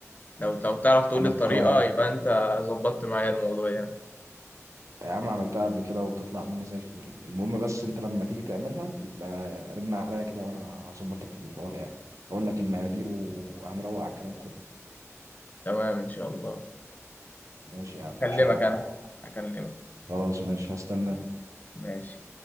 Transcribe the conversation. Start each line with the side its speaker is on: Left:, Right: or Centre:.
Left: لو لو تعرف تقول
Right: عملتها
Left: لي الطريقه
Right: ب-
Left: يبقى انت ظبطت معايا الموضوع يعني
Right: يا عم عملتها قبل كده وبتطلع مني زي الفل المهم بس انت لما تيجي تعملها يبقى رن عليا كده وانا هظبطك في الحوار يعني اقول لك المقادير وهنروق على الكلام كله
Left: تمام إن شاء الله
Right: ماشي يا عم
Left: أكلمك
Right: ان شاء الله
Left: أنا أكلمك
Right: خلاص ماشي هستناك
Left: ماشي